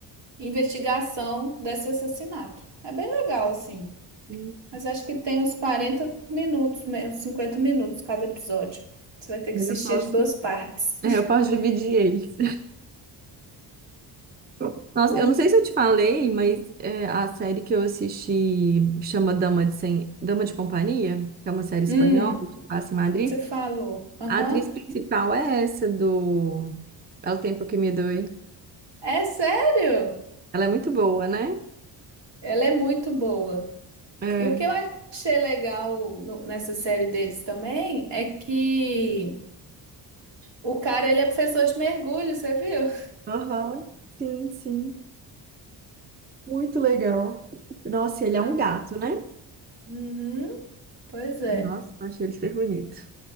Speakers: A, on the right (about 70°); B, on the right (about 20°).
A: investigação desse assassinato. É bem legal, assim.
B: Hum,
A: Mas acho que tem uns 40 minutos, me- uns 50 minutos cada episódio. Você vai ter
B: Mas
A: que assistir
B: eu posso,
A: de duas partes.
B: é, eu posso dividir eles. <laughs> Nossa,
A: <laughs> Mas,
B: eu não sei se eu te falei, mas é, a série que eu assisti chama Dama de, Sem... Dama de Companhia, que é uma série espanhola
A: hum,
B: que passa em Madrid.
A: você falou. Aham.
B: A atriz principal é essa do É o Tempo que Me Doe.
A: É sério?
B: Ela é muito boa, né?
A: Ela é muito boa.
B: É.
A: E o que eu achei legal no- nessa série deles também é que. O cara, ele é professor de mergulho, você viu?
B: Aham, sim, sim. Muito legal. Nossa, ele é
A: Ah,
B: um gato, né?
A: uhum, pois é.
B: Nossa, achei ele super bonito.